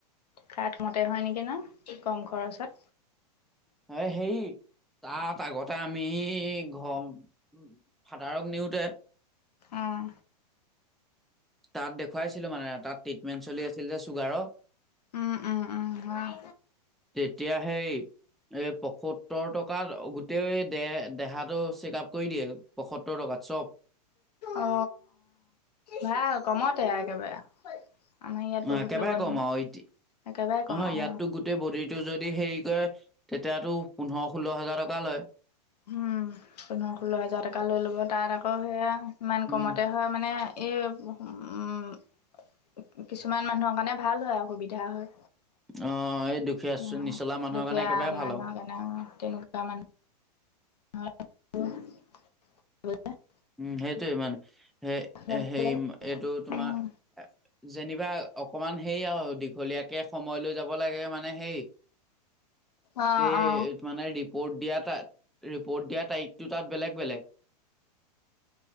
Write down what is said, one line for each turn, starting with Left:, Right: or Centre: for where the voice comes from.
Left: কাত মতে হয় নেকি ন কম খৰচত
Centre: এ হে তাত আগতে আমি ঘং উম ফাদাৰক নিওতে
Left: অহ
Centre: তাত দেখুৱাইছিলো মানে তাত ট্ৰিটমেণ্ট চলি আছিল যে চুগাৰৰ
Left: উম, উম, উম, হয়।
Centre: তেতিয়া হেই এই পশত সত্তৰ টকাত গোটেই দে দেহাটো চেকআপ কৰি দিয়ে পসত্তৰ টকাত চব
Left: অ ভাল কমতে আ একেবাৰে আ আমাৰ ইয়াত
Centre: অ,
Left: বহুত
Centre: একেবাৰে
Left: ল'ব
Centre: কম
Left: নহয়
Centre: আৰু ইতি
Left: একেবাৰে কম
Centre: অহ
Left: অ
Centre: ইয়াততো গোটেই বডি টো যদি হেৰি কৰে তেতিয়াতো পোন্ধৰ ষোল্ল হাজাৰ টকা লয়
Left: উম পোন্ধৰ ষোল্ল হাজাৰ টকা লৈ ল'ব তাত আকৌ সেয়া ইমান কমতে
Centre: উম
Left: হয় মানে এই উম কিছুমান মানুহৰ কাৰণে ভাল হয় আও অসুবিধা হয়
Centre: অ এই দুখীয়া
Left: উম
Centre: নিচলা মানুহৰ
Left: দুখীয়া
Centre: কাৰণে একেবাৰে ভাল
Left: মানুহৰ
Centre: আউ
Left: অ তেঅকা মানুহ <unintelligible>
Centre: উম সেইটোৱে মানে সেই
Left: যাব
Centre: সেই
Left: লাগে
Centre: এইটো তোমাৰ
Left: উম
Centre: যেনিবা অকমান হেই আও দীঘলীয়াকে সময় লৈ যাব লাগে মানে হেই
Left: অ
Centre: এই
Left: অ
Centre: ত মানে ৰিপৰ্ট দিয়া তাত ৰিপৰ্ট দিয়া তাৰিখটোত তাত বেলেগ বেলেগ